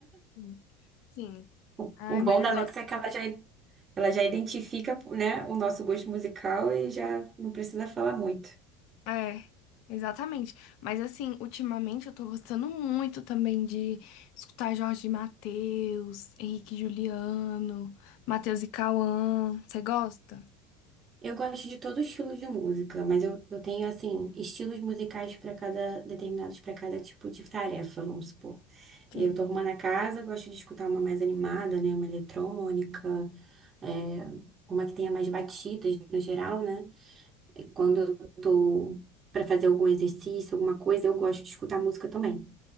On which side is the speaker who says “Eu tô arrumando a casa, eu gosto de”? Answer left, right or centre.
Right